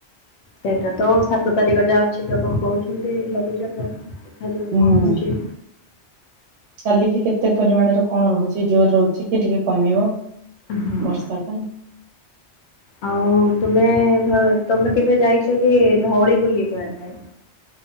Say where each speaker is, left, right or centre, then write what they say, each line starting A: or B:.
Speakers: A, on the left; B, on the right.
A: ସେଇଟା ତ ସାତ ତାରିଖ ଯାହା ଅଛି ତ କ ଣ କହୁଚନ୍ତି ଲଘୁଚାପ ଦେଖାଯାଉ
B: ହୁଁ।
A: କଣ ହେଉଚି।
B: କାଲିକି କେତେ ପରିମାଣରେ କଣ ରହୁଛି ଜୋର ରହୁଛି କି ଟିକେ କମିବ
A: ହଁ
B: ବର୍ଷା ଟା।
A: ଆଉ ତମେ ତମେ କେବେ ଯାଇଚ କି ଧଉଳି ବୁଲିବାିବା ପାଇଁ?